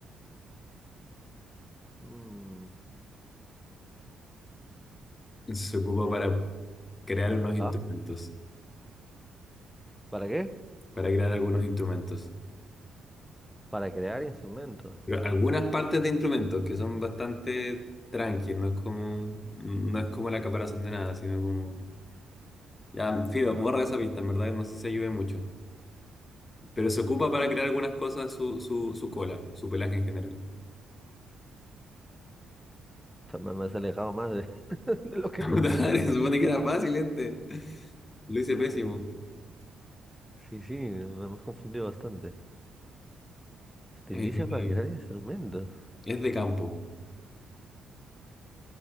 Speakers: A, in the centre; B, on the left.
A: Mm,
B: Se ocupa
A: me-
B: para crear unos instrumentos.
A: Ah, ¿para qué?
B: Para crear algunos instrumentos.
A: Para crear instrumentos.
B: Pero algunas partes de instrumentos que son bastante tranqui no es como, no es como la caparazón de nada, sino como... Ya, Fido, borra esa pista, en verdad, no sé si ayude mucho. Pero se ocupa para crear algunas cosas su, su, su cola, su pelaje en general.
A: O sea, me, me has alejado más de, <laughs> de lo
B: <laughs>
A: que
B: Puta
A: me has acercado.
B: madre, Se supone que era fácil este. Lo hice pésimo.
A: Sí, sí, me, me has confundido bastante. Estiliza
B: Eh,
A: para crear instrumentos.
B: es de campo.